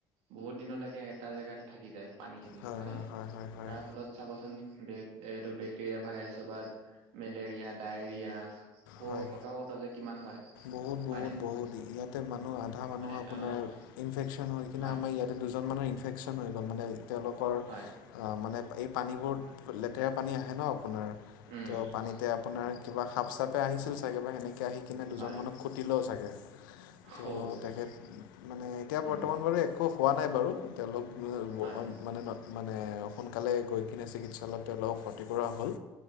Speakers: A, on the right; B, on the left.
A: বহুত দিনলকে এটা জেগাতে থাকি যায়। পানীখিনি
B: হয়
A: হয়নে?
B: হয় হয় হয়
A: তাৰ ফলত চাবচোন বে এইটো বেক্টেৰিয়া ভাইৰাছৰ পৰা মেলেৰিয়া, ডায়েৰিয়া। ক
B: হয়
A: কত কত যে কিমান হয়
B: বহুত
A: হয়
B: বহুত
A: না নাই?
B: বহুত ইয়াতে মানুহ আধা মানুহ
A: মানে
B: আপোনাৰ
A: আহ
B: ইনফেকশ্যন হৈ কিনে
A: হয়
B: আমাৰ ইয়াতে দুজনমানৰ ইনফেকশ্যন হৈ গ'ল মানে। তেওঁলোকৰ
A: হয়
B: মানে এই পানীবোৰ লেতেৰা পানী আহে ন। আপোনাৰ
A: উম
B: ত' পানীতে আপোনাৰ কিবা সাপ চাপে আহিছিল চাগে বা সেনেকে। আহি কিনে দুজনমানক
A: হয়
B: খুটিলেও চাগে।
A: হৌ
B: ত তেখেত মানে এতিয়া
A: উম
B: বৰ্তমান বাৰু একো হোৱা নাই বাৰু, তেওঁলোক
A: হয়
B: মানে মানে সোনকালে গৈ কিনে চিকিৎসালয়ত তেওঁলেকক ভৰ্তি কৰা হ'ল